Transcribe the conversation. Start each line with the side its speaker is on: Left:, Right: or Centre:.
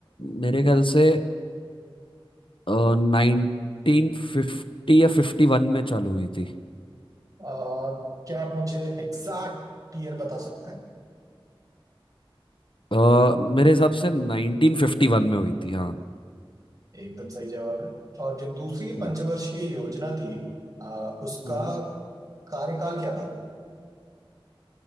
Left: मेरे ख्याल से नाइनटीन फिफ्टी या फिफ्टी वन में चालू हुई थी
Right: अ, क्या आप मुझे एग्जैक्ट ईयर बता सकते हैं
Left: अ, मेरे हिसाब से नाइनटीन फिफ्टी वन में हुई थी हाँ
Right: एकदम सही जवाब है और जो दूसरी
Left: हम्म
Right: पंचवर्षीय योजना थी अ, उसका
Left: हम्म
Right: कार्यकाल क्या था